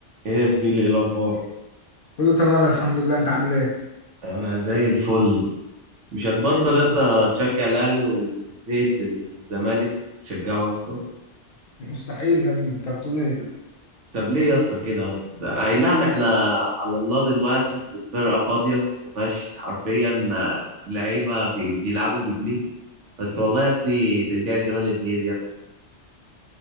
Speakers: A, on the right; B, on the left.
A: ايه يا زميلي ايه الاخبار
B: كله تمام الحمد لله انت عامل ايه؟
A: انا زي الفل مش هتبطل
B: ايه الدنيا؟
A: يا اسطى تشجع الاهلي وتتنقل للزمالك تشجعه يا اسطى
B: مستحيل يا ابني انت بتقول ايه؟
A: طب ليه يا اسطى كده يا اسطى ده- اي نعم احنا على الله دلوقتي والفرقه فاضيه ما فيهاش حرفيا لعيبه بي- بيلعبوا بجنيه بس والله يا ابني تشجيع الزمالك غير يا ابني